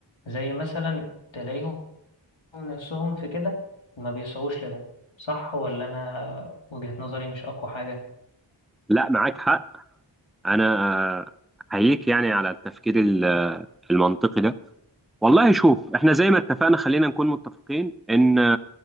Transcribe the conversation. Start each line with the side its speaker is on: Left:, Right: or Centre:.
Left: زي مثلا تلاقيهم نفسهم في كده وما بيسعوش لده صح ولا أنا وجهة نظري مش أقوى حاجة
Centre: لا معاك حق انا احييك يعني على التفكير ال- المنطقي ده والله شوف احنا زي ما اتفقنا خلينا نكون متفقين ان